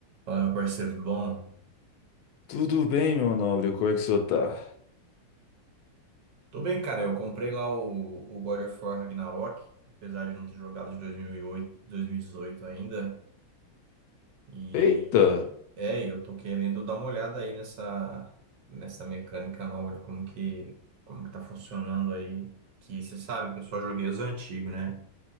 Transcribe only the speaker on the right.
Fala, meu parceiro, tudo bom?
Tô bem, cara. Eu comprei lá o, o God of War Ragnarok, apesar de não ter jogado de dois dois mil mil e oito, dois mil e dezoito ainda. E
é, eu tô querendo dar uma olhada aí nessa, nessa mecânica nova de como que, como que tá funcionando aí. Que você sabe que eu só joguei os antigos, né?